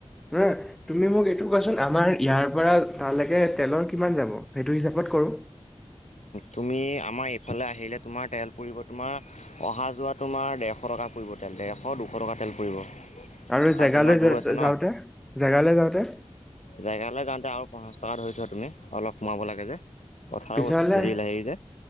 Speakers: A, in the centre; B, on the left (about 90°).
A: হ তুমি মোক এইটো কোৱাচোন আমাৰ ইয়াৰ পৰা তালৈকে তেলৰ কিমান যাব? সেইটো হিচাপত কৰো।
B: তুমি আমাৰ এইফালে আহিলে তোমাৰ তেল পুৰিব তোমাৰ অহা যোৱা তোমাৰ দেৰ এশ টকা পৰিব তেলতে ডেৰ, দুশ টকা তেল পৰিব।
A: আৰু
B: কাৰণ
A: জেগালৈ
B: তোমাৰ দূৰ
A: যা
B: আছে
A: যাওঁতে? জেগালে যাওঁতে?
B: জেগালে যাওঁতে আৰু পঞ্চাছ টকা ধৰি থোৱা তুমি। অলপ সোমাব লাগে যে। পথাৰৰ
A: পিছে
B: বস্তু
A: হলে
B: হেৰি হেৰি যে